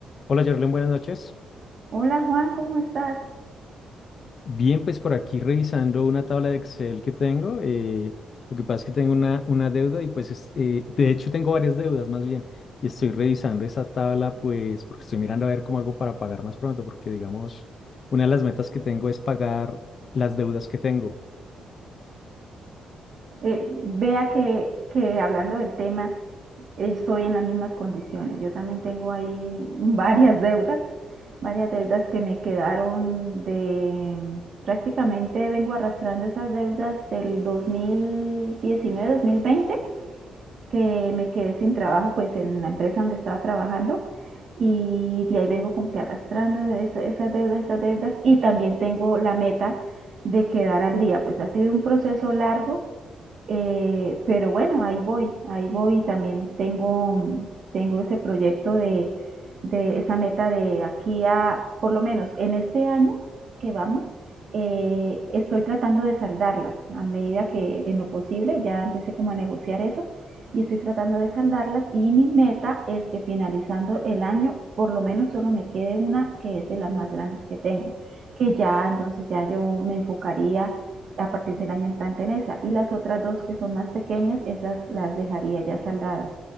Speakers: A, on the left (about 50°); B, on the right (about 55°).
A: Hola, Jorlen, buenas noches.
B: Hola Juan, ¿cómo estás?
A: Bien, pues por aquí revisando una tabla de Excel que tengo. eh, lo que pasa es que tengo una, una deuda y pues, es- eh, de hecho tengo varias deudas más bien. Y estoy revisando esa tabla pues porque estoy mirando a ver cómo hago para pagar más pronto porque digamos, una de las metas que tengo es pagar las deudas que tengo.
B: Eh, vea que, que hablando del tema, estoy en las mismas condiciones. Yo también tengo ahí <laughs> varias deudas, varias deudas que me quedaron de... Prácticamente vengo arrastrando esas deudas del 2019-2020 que me quedé sin trabajo pues en la empresa donde estaba trabajando y de ahí vengo como que arrastrando esa- esas deudas, esas deudas y también tengo la meta de quedar al día, pues ha sido un proceso largo eh, pero bueno, ahí voy, ahí voy. También tengo, mm, tengo ese proyecto de, de esa meta de aquí a, por lo menos en este año que vamos, eh, estoy tratando de saldarlas a medida que en lo posible, ya empecé como a negociar eso y estoy tratando de saldarlas y mi meta es que finalizando el año por lo menos solo me quede una que es de las más grandes que tengo, que ya entonces ya yo me enfocaría a partir del año entrante en esa. Y las otras dos que son más pequeñas, esas las dejaría ya saldadas.